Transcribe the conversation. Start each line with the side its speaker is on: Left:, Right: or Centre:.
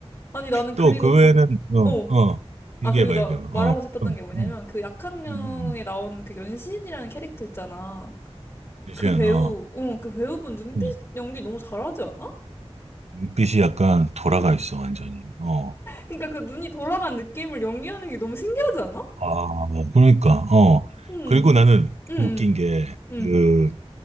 Left: 아니, 나는 그리고
Right: 또 그
Left: 그,
Right: 외에는 어,
Left: 어.
Right: 어, 이게
Left: 아, 그리고
Right: 봐
Left: 나
Right: 이게 봐.
Left: 말하고
Right: 어,
Left: 싶었던
Right: 또,
Left: 게 뭐냐면,
Right: 음,
Left: 그 약학령에
Right: 음, 음.
Left: 나오는 그 연신이라는 캐릭터 있잖아.
Right: 미
Left: 그 배우,
Right: 어,
Left: 어, 그 배우분 눈빛
Right: 어,
Left: 연기 너무 잘하지 않아?
Right: 눈빛이 약간 돌아가
Left: 음.
Right: 있어 완전히. 어,
Left: 그러니까 그 눈이 돌아간 느낌을 연기하는 게 너무 신기하지 않아?
Right: 아, 그러니까, 어,
Left: 음.
Right: 그리고 나는
Left: 음, 음,
Right: 웃긴 게
Left: 음.
Right: 그